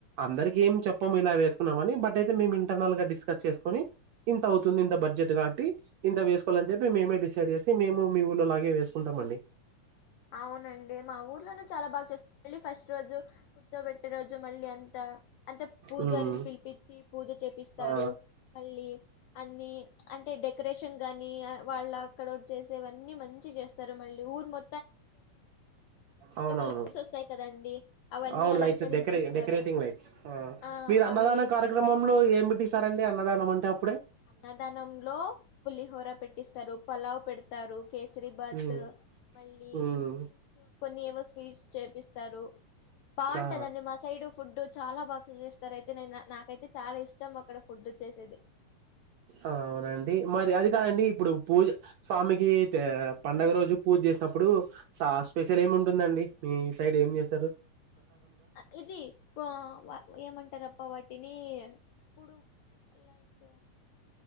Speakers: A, on the right; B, on the left.
A: అందరికి ఏం చెప్పము ఇలా వేసుకున్నామని, బట్ అయితే మేము ఇంటర్నల్ గా డిస్కస్ చేసుకొని ఇంత అవుతుంది. ఇంత బడ్జెట్ కాబట్టి ఇంత వేసుకోవాలని చెప్పి మేమే డిసైడ్ చేసి మేము మీ ఊళ్ళోలాగే వేసుకుంటామండి.
B: అవునండి. మా ఊర్లోనే చాలా బాగ చేస్ మళ్ళీ ఫస్ట్ రోజు కూర్చోపెట్టే రోజు మళ్ళీ అంతా అంటె పూజారిని
A: ఉమ్
B: పిలిపించి పూజ చేపిస్తారు.
A: ఆ
B: మళ్ళీ అన్ని అంటే డెకరేషన్ దాన్నీ వాళ్లా <unintelligible> చేసేవన్నీ మంచి చేస్ సరే మళ్ళీ ఊరు మొ
A: అవునవును
B: లైట్స్ వస్తాయి కదండి అవన్నీ
A: అవును
B: అలంకరించేస్తారు
A: లైట్స్ డెకరే డెకరేటింగ్ లైట్స్
B: ఆ
A: మీరు
B: అవి
A: అన్నదానం
B: వేస్తారు
A: కార్యక్రమంలో ఏమిట్టిస్తారండి. అన్నదానం అంటే అప్పుడే
B: అన్నదానంలో పులిహోర పెట్టిస్తారు. ప లౌప్ పెడ్ తారు కేసరి బాత్
A: ఉమ్
B: మల్ ల్లీ
A: ఉమ్
B: స్వీట్సు కొన్ని ఏవో స్వీట్స్ చేపిస్తారు. బాంటదండి
A: ఆ
B: మా సైడు ఫుడ్డు చాలా బాగా <unintelligible> స్తారు అయితే నేను నాకైతే చాలా ఇష్టం అక్కడ ఫుడ్డు చేసేది.
A: ఔనండి మరి
B: చాలా
A: అది
B: ఇష్టపడతా
A: కాదండి ఇప్పుడు పూజ స్వామికి టె. పండగ రోజు పూజ్ జేస్నప్పుడు స స్పెషలేముంటుందండి మీ సైడ్ ఏం చేశారు.
B: అ ఇది కోవా ఏమంటారప్ప వాటిని కుడుమ్. లైక్